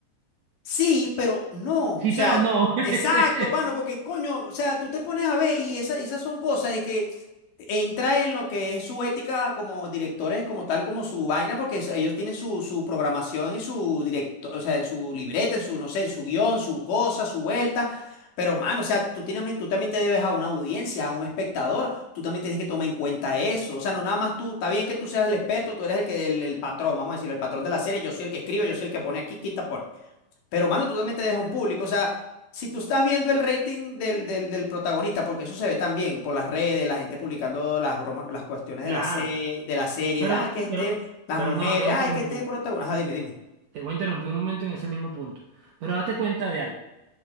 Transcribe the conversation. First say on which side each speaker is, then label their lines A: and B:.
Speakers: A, on the left (about 75°); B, on the right (about 65°).
A: Sí, pero no,
B: Sí,
A: o sea,
B: pero no.
A: exacto,
B: <laughs>
A: mano, porque coño, o sea, tú te pones a ver y esa- esas son cosas de que entra en lo que es su ética como directores, como tal, como su vaina, porque es- ellos tienen su, su programación en su directo, o sea, en su libreta, en su, no sé, en su guión, su cosa, su vuelta. Pero, mano, o sea, tú tienes, tú también te debes a una audiencia, a un espectador, tú también tienes que tomar en cuenta eso. O sea, no nada más tú, está bien que tú seas el experto, tú eres el que, el, el patrón, vamos a decirlo, el patrón de la serie, yo soy el que escribo, yo soy el que pone aquí, quita, pone. Pero, mano, tú también te dejas un público. O sea, si tú estás viendo el rating del, del, del protagonista, porque eso se ve también por las redes, la gente publicando las bromas, las cuestiones
B: Claro,
A: de la, se- de las series
B: pero,
A: ah, que este,
B: pero,
A: las
B: pero
A: mujeres,
B: no, te voy
A: ay,
B: a interrumpir,
A: que este protagonista. Ajá, dime, dime.
B: te voy a interrumpir un momento en ese mismo punto. Pero date cuenta de algo.